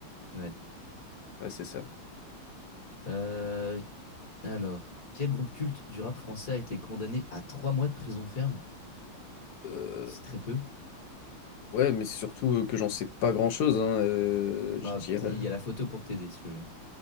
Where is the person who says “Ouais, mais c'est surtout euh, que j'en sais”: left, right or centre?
Left